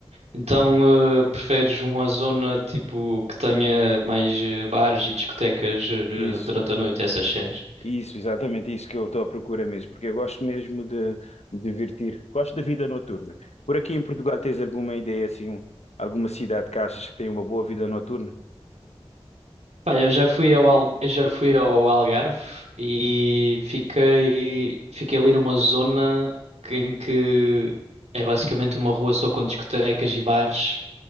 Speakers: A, on the right; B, on the left.
A: Então, eh, preferes uma zona, tipo, que tenha mais eh, bares e discotecas, eh,
B: Isso,
A: durante a noite, essas cenas?
B: isso, exatamente isso que eu estou à procura mesmo, porque eu gosto mesmo de me divertir, gosto da vida noturna. Por aqui em Portugal tens alguma ideia assim, alguma cidade que achas que tem uma boa vida noturna?
A: Pá, eu já fui ao, Al- eu já fui ao Algarve e fiquei, fiquei ali numa zona que- em que é basicamente uma rua só com discotecas e bares,